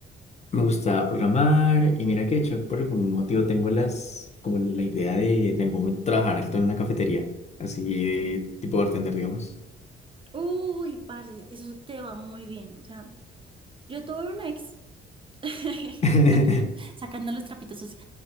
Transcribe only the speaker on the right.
Uy, parce, eso te va muy bien. O sea, yo tuve un ex. <laughs>
Aquí sacando los trapitos sucios.